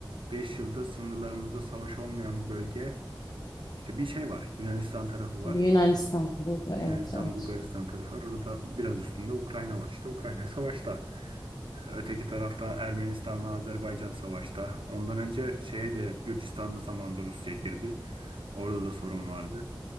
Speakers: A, on the right (about 85°); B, on the left (about 50°).
A: 5 yılda sınırlarımızda savaş olmayan bir bölge İşte bir şey var. Yunanistan tarafı var.
B: Yunanistan, Bulgar,
A: Yunanistan,
B: evet evet.
A: Bulgaristan tarafı var. Orada biraz üstünde Ukrayna var. İşte Ukrayna savaşta. Öteki tarafta Ermenistan'la Azerbaycan savaşta. Ondan önce şeye de Gürcistan'da zamanında Rusya girdi. Orada da sorun vardı.